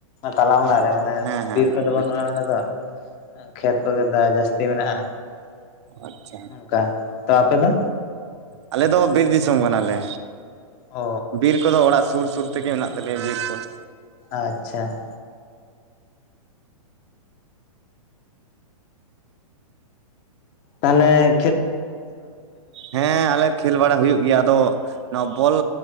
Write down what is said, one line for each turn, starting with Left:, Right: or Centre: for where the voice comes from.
Left: ᱛᱟᱞᱟ ᱢᱟᱞᱟ
Right: ᱚ
Left: ᱨᱮ ᱢᱟᱱᱮ
Right: ᱦᱮᱸ ᱦᱮᱸ
Left: ᱵᱤᱨ
Right: ᱦᱮᱸ
Left: ᱠᱚᱫᱚ ᱵᱟᱹᱱᱩᱜᱼᱟ
Right: ᱵᱩᱡ ᱫᱟᱲᱮᱭᱟᱜ
Left: ᱱᱚᱸᱰᱮ ᱫᱚ? ᱠᱷᱮᱛ ᱠᱚᱜᱮ ᱫᱟ ᱡᱟᱹᱥᱛᱤ ᱢᱮᱱᱟᱜᱼᱟ
Right: ᱟᱪᱪᱷᱟ
Left: ᱚᱱᱠᱟ ᱛᱚ ᱟᱯᱮ ᱫᱚ?
Right: ᱟᱞᱮ ᱫᱚ ᱵᱤᱨ ᱫᱤᱥᱚᱢ ᱠᱟᱱᱟᱞᱮ
Left: ᱚ
Right: ᱵᱤᱨ ᱠᱚᱫᱚ ᱚᱲᱟᱜ ᱥᱩᱨ ᱥᱩᱨ ᱛᱮᱜᱮ ᱢᱮᱱᱟᱜ ᱛᱟᱞᱮᱭᱟ ᱵᱤᱨ ᱠᱚ ᱾
Left: ᱟᱪᱪᱷᱟ ᱾ ᱛᱟᱦᱞᱮ
Right: ᱦᱮᱸ ᱟᱞᱮ ᱠᱷᱮᱞ ᱵᱟᱲᱟ ᱦᱩᱭᱩᱜ ᱜᱮᱭᱟ ᱟᱫᱚ ᱱᱚᱣᱟ ᱵᱚᱞ